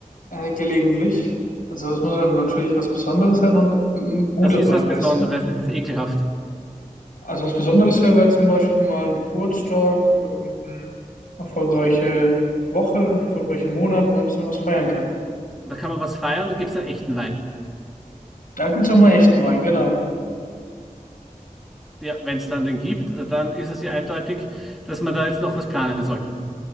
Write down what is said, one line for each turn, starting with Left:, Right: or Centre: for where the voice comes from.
Left: äh, gelegentlich. Also es muss ja natürlich was Besonderes sein und ein guter
Centre: Das ist
Left: Wein,
Centre: was
Left: weißt
Centre: Besonderes,
Left: du.
Centre: es ist ekelhaft.
Left: Also was Besonderes wäre, wäre zum Beispiel mal ein Geburtstag oder irgendeine erfolgreiche Woche, ein erfolgreicher Monat, wo man ein bisschen was feiern kann.
Centre: Da kann man was feiern, da gibt es einen echten Wein.
Left: Da gibt's auch mal echten Wein, genau.
Centre: Ja, wenn es dann den gibt, äh, dann ist es ja eindeutig, dass wir da jetzt noch was planen sollten.